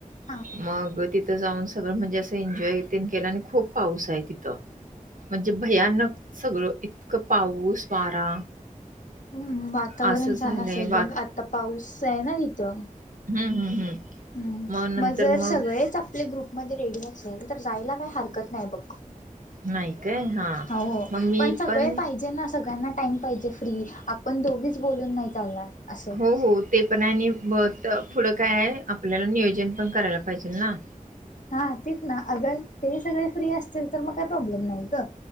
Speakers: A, on the left; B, on the right.
A: हा
B: मग तिथं जाऊन सगळं म्हणजे असं एन्जॉय तेन केलं. आणि खूप पाऊस आहे तिथं. म्हणजे भयानक सगळं. इतकं पाऊस वारा.
A: हम्म वातावरण
B: असं
A: छान
B: झालंय.
A: असेल बघ. आता पाऊसे ना तिथं.
B: हम्म हम्म हम्म,
A: हम्म
B: मग नंतर
A: जर
B: मग
A: सगळेच आपले ग्रुपमध्ये रेडी असल. तर जायला काही हरकत नाही बघ.
B: नाही काय हां
A: हो,
B: मग मी
A: सगळे
B: पण
A: पाहिजे ना सगळ्यांना. सगळ्या टाइम पाहिजे फ्री आपण दोघीच बोलून नाही चालणार. असं
B: हो हो ते पण आहे आणि म त पुढं काय आहे आपल्याला नियोजन पण करायला पाहिजेल ना.
A: हा तेच ना अगर ते सगळे फ्री असतील तर मग काही प्रॉब्लेम नाही ग.